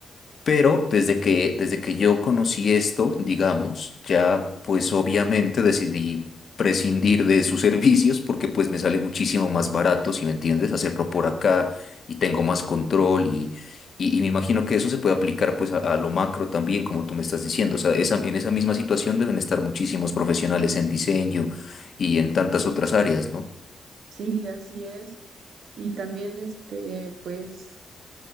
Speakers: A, on the left; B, on the right.
A: Pero desde que, desde que yo conocí esto, digamos, ya pues obviamente decidí prescindir de sus servicios porque pues me sale muchísimo más barato, si me entiendes, hacerlo por acá y tengo más control y, y, y me imagino que eso se puede aplicar pues a, a lo macro también, como tú me estás diciendo. O sea, esa- en esa misma situación deben estar muchísimos profesionales en diseño y en tantas otras áreas, ¿no?
B: Sí, así es. Y también este, pues,